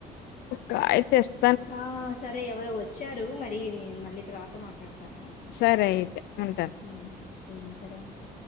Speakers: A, on the left (about 75°); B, on the left (about 50°).
A: గాయితేస్
B: ఆ సరే ఎవరు వచ్చారు మరి నేను మళ్ళీ తర్వాత మాట్లాడతాను
A: సరే అయితే ఉంటాను
B: హ్ ఉమ్ సరే ఉంటా